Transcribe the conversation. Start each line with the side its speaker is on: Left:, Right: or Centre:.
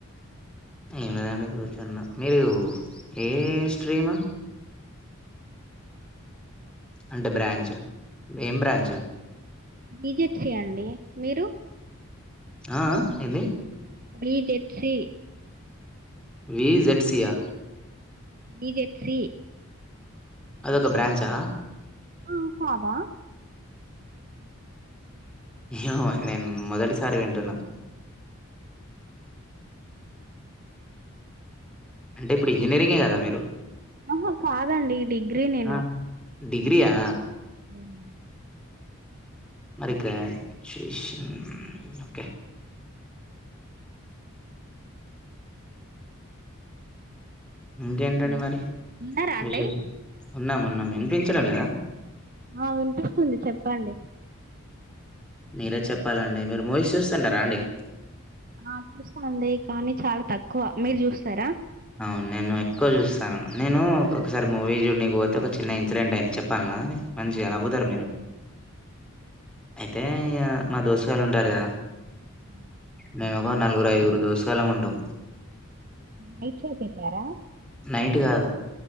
Centre: ఏం లేదండి కూర్చన్న, మీరు ఏ స్ట్రీము అంటే బ్రాంచ్? ఏం బ్రాంచు?
Right: బి జెడ్ సి అండి, మీరు?
Centre: ఆఆ ఏందీ?
Right: B Z C.
Centre: V Z C ఆ?
Right: బి జెడ్ సి
Centre: అదొక బ్రాంచా?
Right: ఆ కాదా?
Centre: ఏమో మరి నేన్ మొదటిసారి వింటున్నా. అంటే ఇప్పుడు ఇంజనీరింగే కదా మీరు?
Right: ఆహా కాదండి డిగ్ గ్రి నేను.
Centre: ఆ డిగ్రీయా
Right: ఉమ్
Centre: మరి గ్రాచ్యువేషన్ ఓకే. ఇంకేంటండి
Right: హలో
Centre: మరి
Right: ఉన్నారా అండి
Centre: విశేషం ఉన్నాము ఉన్నాం వినిపించడం లేదా
Right: ఆ వినిపిస్తుంది చెప్పండి
Centre: మీరే చెప్పాలండి మీరు మోవీ చూస్తుంటారా అండి
Right: ఆ చూస్తాండి కానీ చాలా తక్కువ మీరు చూస్తారా
Centre: అవును నేను ఎక్కువ చూస్తాను నేను ఒకసారి మూవీ చూ నక పోతే ఒక చిన్న ఇన్సిడెంట్ అయింది చెప్పాలనా మంచిగ
Right: ఆ
Centre: నవ్వుతారు
Right: చెప్పండి
Centre: మీరు అయితే ఇగ మా దోశగాళ్ళు ఉంటారు కదా
Right: ఆ
Centre: మేము ఒక నలుగురు ఐదుగురు దిశాల్లం ఉంటాం
Right: నైట్ షోకి వెళ్ళారా
Centre: నైట్ కాదు